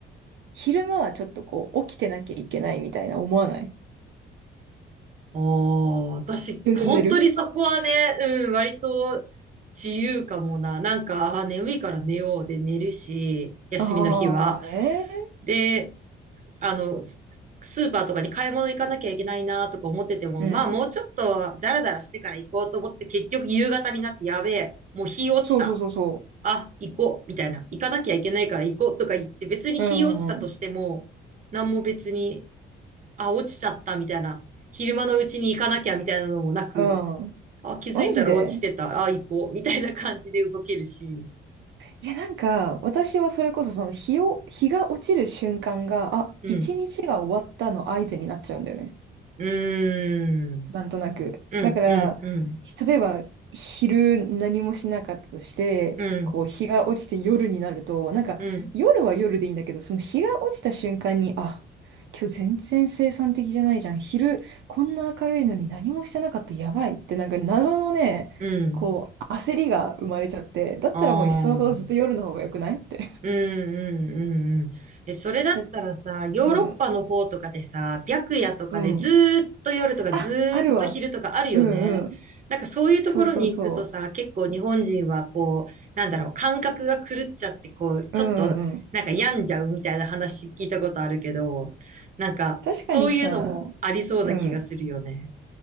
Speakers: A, on the right; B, on the right.
A: 昼間はちょっとこう、起きてなきゃいけないみたいな思わない
B: おー、私、
A: 全然寝る
B: 本当にそこはね、うん、割と自由かもな。なんか、あー、眠いから寝ようで寝るし、休みの日は。
A: ああーね。
B: で、すあの、ススーパーとかに買い物行かなきゃいけないなとか思ってても、
A: うん。
B: まあもうちょっとダラダラしてから行こうと思って結局夕方になってやべえ、もう日落ちた。
A: そうそうそうそ
B: あ、行こう、みたいな。行かなきゃいけないから行こうとか言って別に日落ちたとしても、
A: う。うんうん
B: 何も別にあ、落ちちゃったみたいな、昼間のうちに行かなきゃみたいなのもなく、
A: うん。うん。
B: あ、気づいたら落ちてた、
A: マジで
B: あ、行こう、みたいな感じで動けるし、
A: いや、なんか、私はそれこそその日を、日が落ちる瞬間が、あ、
B: うん。
A: 一日が終わったの合図になっちゃうんだよね。
B: うーん。
A: なんとなく。
B: うん、
A: だから、
B: うん、うん、
A: 例えば、昼何もしなかったとして、
B: うん、
A: こう、日が落ちて夜になると、なんか、
B: うん、
A: 夜は夜でいいんだけど、その日が落ちた瞬間に、あ、今日全然生産的じゃないじゃん。昼、こんな明るいのに何もしてなかった、やばいって、なんか謎のね、
B: うん。
A: こう、焦りが生まれちゃって、だったらもういっそのことずっと夜の方が良くないって。
B: あーうんうんうんうん。え、それだったらさ、
A: で、
B: ヨーロッパの方とかでさ、
A: うん、
B: 白夜とかでずーっと夜とかずーっと昼とかあるよね。
A: うん。あ、あるわ。うんうん。
B: なんかそういうところに行くとさ、
A: そうそうそ
B: 結構日本人はこう、なんだろう、感覚が狂っちゃってこう、ちょっとなんか病んじゃうみたいな話聞いたことあるけど、
A: う。うんうんうん。
B: なんかそういうのもありそうな気がするよね。
A: 確かにさ、うん。